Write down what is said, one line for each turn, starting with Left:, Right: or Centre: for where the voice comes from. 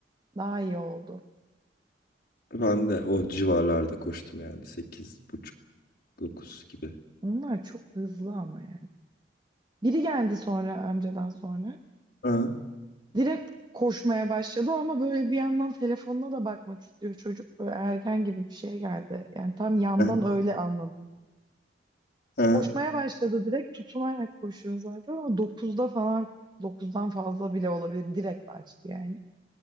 Right: Daha iyi oldu.
Left: ben de o civarlarda koştum yani 8 buçuk 9 gibi.
Right: Onlar çok hızlı ama yani. Biri geldi sonra amcadan sonra.
Left: Aha,
Right: Direkt koşmaya başladı ama böyle bir yandan telefonuna da bakmak istiyor çocuk. Böyle ergen gibi bir şey geldi. Yani tam yandan
Left: aha,
Right: öyle anladım. ben.
Left: aha.
Right: Koşmaya başladı direkt tutunarak koşuyor zaten ama dokuzda falan dokuzdan fazla bile olabilir. Direkt açtı yani.